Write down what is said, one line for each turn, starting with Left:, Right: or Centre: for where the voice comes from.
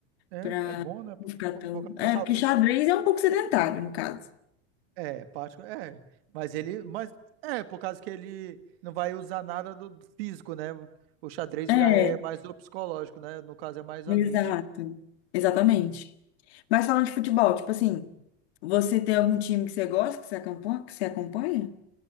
Right: É,
Left: Pra
Right: é bom, né? Por,
Left: não ficar
Right: por-
Left: tão.
Right: por causa
Left: É,
Right: da saúde.
Left: porque xadrez é um pouco sedentário, no caso.
Right: É, parte, é. Mas ele, mas é por causa que ele não vai usar nada do do físico, né? O xadrez
Left: É.
Right: já é mais do psicológico, né? No caso é mais a
Left: Exato.
Right: mente.
Left: Exatamente.
Right: Uhum.
Left: Mas falando de futebol, tipo assim, você tem algum time que você gosta, que você acompanha? Que você acompanha?